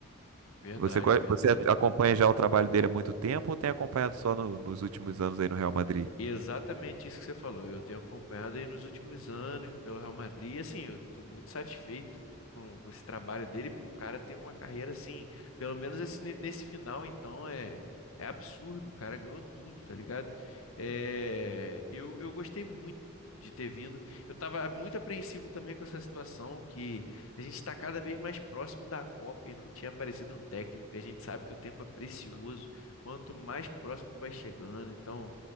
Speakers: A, on the left; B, on the right.
A: verdade,
B: Você, co-
A: verdade.
B: você acompanha já o trabalho dele há muito tempo ou tem acompanhado só no- nos últimos anos aí no Real Madrid?
A: E Exatamente isso que você falou. Eu tenho acompanhado aí nos últimos anos pelo Real Madrid. E assim, eu estou muito satisfeito com, com esse trabalho dele. Pô, o cara tem uma carreira assim, pelo menos esse, nesse final, então é, é absurdo. O cara ganhou tudo, tá ligado? É, eu, eu gostei muito de ter vindo. Eu estava muito apreensivo também com essa situação, que a gente está cada vez mais próximo da Copa e não tinha aparecido um técnico. E a gente sabe que o tempo é precioso, quanto mais próximo vai chegando. Então.